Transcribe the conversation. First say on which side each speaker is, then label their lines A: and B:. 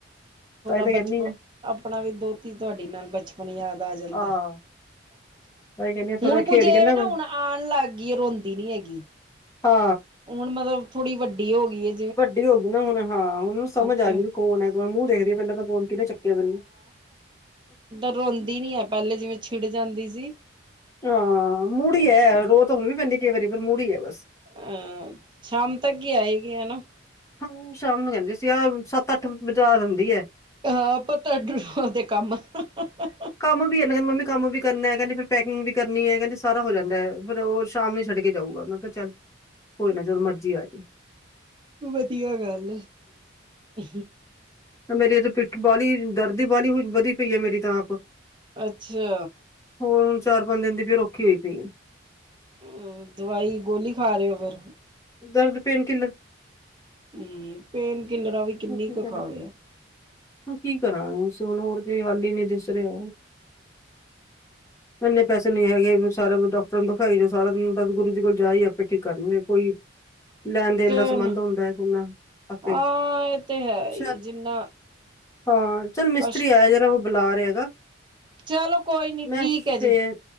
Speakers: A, on the right; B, on the left.
A: ਥੋੜ੍ਹਾ
B: ਤਾਂਹੀ ਤਾਂ ਕਹਿੰਦੀ
A: ਬਚਪਨ।
B: ਆ
A: ਆਪਣਾ ਵੀ ਦੋਤੀ ਤੁਹਾਡੀ ਨਾਲ ਬਚਪਨ ਯਾਦ ਆ ਜਾਂਦਾ।
B: ਹਾਂ ਤਾਂਹੀ ਕਹਿੰਦੀ ਆ ਥੋੜਾ
A: ਹੁਣ ਕੁੱਝ
B: ਖੇਡ
A: ਏਵੇ
B: ਕੇ
A: ਨਾ
B: ਮੈਂ
A: ਹੁਣ ਆਣ ਲੱਗ ਗੀ ਰੋਂਦੀ ਨੀ ਏਗੀ।
B: ਹਾ।
A: ਹੁਣ ਮਤਲਬ ਥੋੜ੍ਹੀ ਵੱਡੀ ਹੋ ਗੀਏ।
B: ਵੱਡੀ ਹੋ ਗਈ ਨਾ ਹੁਣ ਹਾਂ ਹੁਣ ਸਮਝ ਆ
A: ਤੇ
B: ਗਈ ਵੀ ਕੌਣ ਹੈ ਮੂੰਹ ਦੇਖਦੀ ਪਹਿਲਾਂ ਕੌ ਕੀਨੇ ਚੱਕਿਆ ਮੈਨੂ?
A: ਤਾਂ ਰੋਂਦੀ ਨੀ ਐ ਪੈਲੇ ਜਿਵੇਂ ਛਿੜ ਜਾਂਦੀ ਸੀ।
B: ਹਾਂ, ਮੂੜੀ
A: ਅੱਛਾ
B: ਐ ਰੋਤ ਹੋਣ ਵੀ ਪੈਂਦੀ ਕਈ ਵਾਰੀ ਪਰ ਮੂੜੀ ਐ ਬਸ।
A: ਹਾਂ, ਸ਼ਾਮ ਤੱਕ ਹੀ ਆਏਗੀ ਹੈਨਾ?
B: ਹਾਂ ਸ਼ਾਮ ਨੂੰ ਕਹਿੰਦੇ ਸੀ, ਆਹ ਸੱਤ ਅੱਠ ਬਜਾ ਦੀੰਦੀ ਐ।
A: ਹਹ ਆਪਤਾਡ ਦੇ ਕੰਮ। <unintelligible>
B: ਕੰਮ ਵੀ ਏ ਨਾ ਕਹਿੰਦੇ ਮੰਮੀ ਕੰਮ ਵੀ ਕਰਨੈ ਕੈੰਦੀ ਫਿਰ ਪੈਕਿੰਗ ਵੀ ਕਰਨੀ ਏ, ਕੈੰਦੀ ਸਾਰਾ ਹੋ ਜਾਂਦੈ ਫੇਰ ਉਹ ਸ਼ਾਮ ਨੂੰ ਛੱਡ ਕੇ ਜਾਊਗਾ। ਮੈਂ ਕਿਹਾ ਚੱਲ, ਕੋਈ ਨਾ ਜਦੋਂ ਮਰਜੀ ਆ ਜੀਂ।
A: ਵਧੀਆ ਗੱਲ ਐ।
B: ਮੇਰੀ ਇਹ ਤਾਂ ਪਿੱਠ ਬਾਹਲੀ ਦਰਦੀ ਬਾਹਲੀਈ ਵਧੀ ਪਈ ਮੇਰੀ ਤਾਂ ਆਪ।
A: ਅੱਛਾ।
B: ਹੋਰ ਹੁਣ ਚਾਰ ਪੰਜ ਦਿਨ ਦੀ ਫਰ ਔਖੀ ਹੋਈ ਪਈ ਆਂ।
A: ਹੁੰ ਦਵਾਈ ਗੋਲੀ ਖਾ ਰਏ ਓ ਫੇਰ?
B: ਦਰਦ ਪੇਨ ਕਿਲਰ
A: ਹੁੰ ਪੇਨ ਕਿਲਰਾਂ ਵੀ ਕਿੰਨੀ
B: ਹੋਰ ਕੀ
A: ਕੁ
B: ਕਰ।
A: ਖਾਵੇ।
B: <unintelligible> ਹੋਰ ਕੀ ਕਰਾਂ? ਹੁਣ ਹੋਰ ਕੋ ਹਾਲ ਹੀ ਨ ਦਿਸ ਰਿਹਾ। ਇਨੇ ਪੈਸੇ ਨੀ ਹੈਗੇ ਨੀ ਸਾਰੇ ਡਾਕਟਰ ਤੂੰ ਦਿਖਾਈ ਜਾਓ ਸਾਰਾ ਦਿਨ ਬਸ ਗੁਰੂ ਜੀ ਕੋਲ ਜਾ ਈ ਆਪੇ ਠੀਕ ਕਰਨਗੇ ਕੋਈ ਲੈਨ ਦੇਨ
A: ਚਲੋ
B: ਦਾ ਸਮਾਨ ਤਾ ਹੁੰਦੈ ਤੌਨਾ, ਆਪੇ।
A: ਹਾਂ ਇਹ ਤੇ ਹੈ ਈਐ
B: ਚੱਲ
A: ਜਿੰਨਾ
B: ਹਾਂ, ਚੱਲ ਮਿਸਤਰੀ
A: ਕਸ਼ਟ
B: ਆਇਆ ਜਰਾ ਉਹ ਬੁਲਾ ਰਿਆਗਾ,
A: ਚਲੋ ਕੋਈ ਨੀ
B: ਮੈਂ
A: ਠੀਕ ਹੈ
B: ਫੇਰ
A: ਜੀ